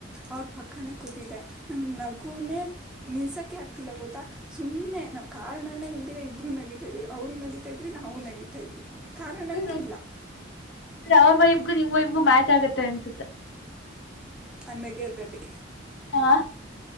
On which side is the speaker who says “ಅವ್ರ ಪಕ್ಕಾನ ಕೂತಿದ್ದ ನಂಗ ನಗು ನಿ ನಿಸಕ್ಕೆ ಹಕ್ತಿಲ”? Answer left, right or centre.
Centre